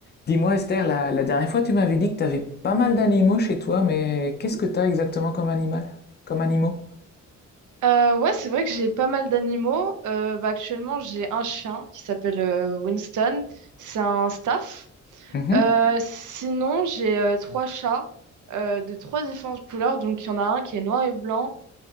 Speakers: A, on the left (about 35°); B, on the right (about 80°).
A: Dis-moi Esther, la, la dernière fois tu m'avais dit que tu avais pas mal d'animaux chez toi, mais qu'est-ce que t'as exactement comme animal? Comme animaux?
B: Euh, ouais, c'est vrai que j'ai pas mal d'animaux. Euh, bah, actuellement, j'ai un chien qui s'appelle euh, Winston. C'est un staff.
A: Mhm.
B: Euh, sinon, j'ai euh, trois chats euh, de trois différentes couleurs. Donc, il y en a un qui est noir et blanc.